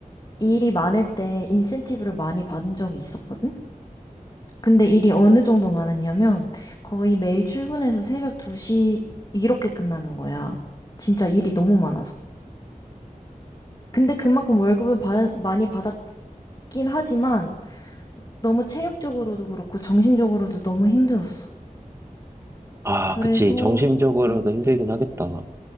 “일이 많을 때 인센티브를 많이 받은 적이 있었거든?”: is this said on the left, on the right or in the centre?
Left